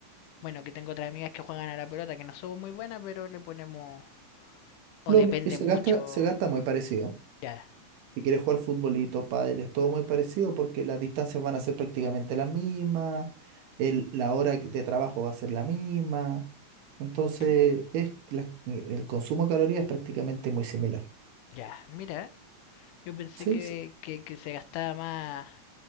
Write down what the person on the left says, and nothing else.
Bueno, que tengo otras amigas que juegan a la pelota, que no somos muy buenas, pero le ponemos... O
depende
mucho...
Ya,
¿Mm?
ya, mira, yo pensé
que,
que, que se gastaba más